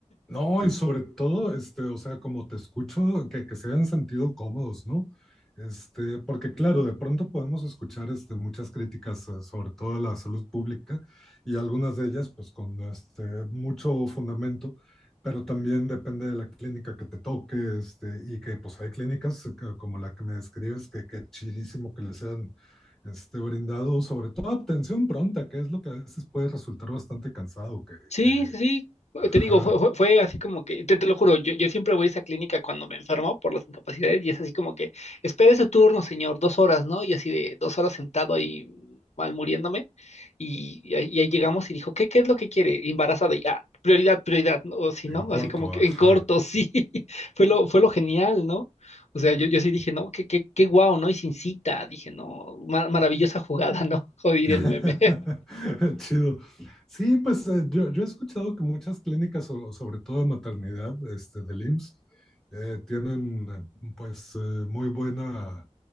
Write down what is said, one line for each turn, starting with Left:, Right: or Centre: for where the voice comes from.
Centre: No, y sobre todo, este, o sea, como te escucho, que, que se hayan sentido cómodos, ¿no? Este, porque claro, de pronto podemos escuchar, este, muchas críticas, eh, sobre todo de la salud pública, y algunas de ellas, pues, con, este, mucho fundamento, pero también depende de la clínica que te toque, este, y que, pues, hay clínicas eh, que- como la que me describes, que, que chidísimo que les han, este, brindado, sobre todo atención pronta, que es lo que a veces puede resultar bastante cansado, que,
Left: Sí,
Centre: que,
Left: sí, sí.
Centre: ajá.
Left: Te digo, fue, fue, fue así como que, te, te lo juro, yo, yo siempre voy a esa clínica cuando me enfermo por las incapacidades y es así como que, espere su turno, señor, dos horas, ¿no? Y así de dos horas sentado ahí mal muriéndome y, y ahí y ahí llegamos y dijo, ¿qué, qué es lo que quiere? Embarazada y, ah, prioridad, prioridad, ¿no? O sí
Centre: En
Left: no,
Centre: corto,
Left: así como que
Centre: ajá.
Left: en corto, sí, <laughs> fue lo, fue lo genial, ¿no? O sea, yo, yo sí dije, no, qué, qué, qué guau, ¿no? Y sin cita, dije, no, mar- maravillosa jugada, ¿no? <laughs> Joder,
Centre: <laughs>
Left: el meme.
Centre: Chido. Sí, pues eh, yo, yo he escuchado que muchas clínicas, so- sobre todo de maternidad, este, del IMSS, eh, tienen eh, pues eh, muy buena